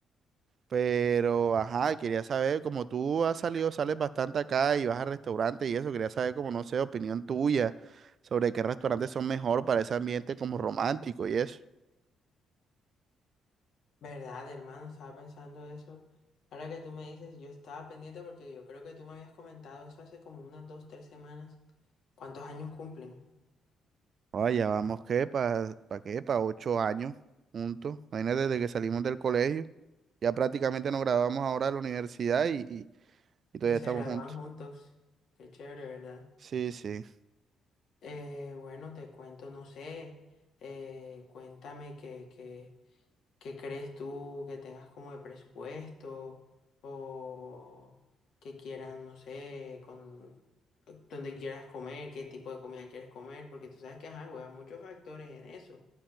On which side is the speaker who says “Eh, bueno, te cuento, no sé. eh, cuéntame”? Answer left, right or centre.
Left